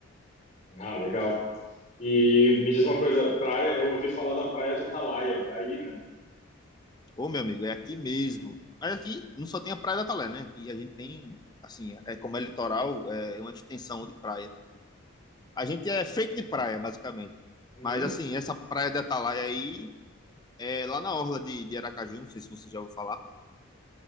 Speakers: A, on the left; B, on the left.
A: Ah, legal. E me diz uma coisa, praia, eu ouvi falar da praia de Atalaia, é aí, né?
B: Ô, meu amigo, é aqui mesmo. Mas aqui não só tem a Praia da Talé, né? Aqui a gente tem, assim, é como é litoral, é uma extensão de praia. A gente é feito de praia, basicamente.
A: Uhum.
B: Mas, assim, essa Praia da Atalaia aí, é lá na orla de, de Aracaju, não sei se você já ouviu falar.